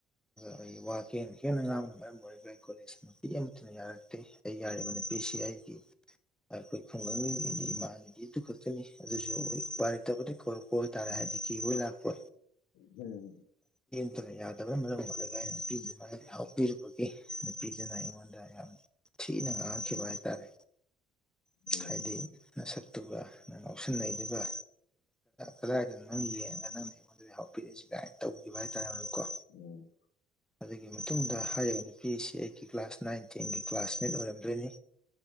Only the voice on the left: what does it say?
ꯍꯝ
ꯎꯝ
ꯎꯝ ꯎꯝ